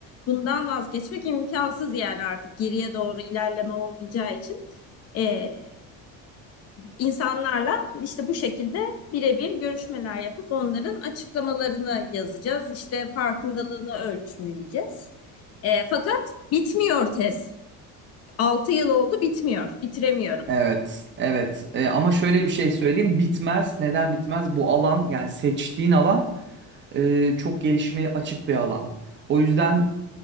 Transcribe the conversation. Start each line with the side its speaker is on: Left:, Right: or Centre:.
Left: bundan vazgeçmek imkansız yani artık geriye doğru ilerleme olmayacağı için. E, insanlarla işte bu şekilde birebir görüşmeler yapıp onların açıklamalarını yazacağız. İşte farkındalığını ölçümleyeceğiz. E, fakat bitmiyor tez. Altı yıl oldu bitmiyor. Bitiremiyorum.
Right: Evet, evet. E, ama şöyle bir şey söyleyeyim. Bitmez. Neden bitmez? Bu alan yani seçtiğin alan e, çok gelişmeye açık bir alan. O yüzden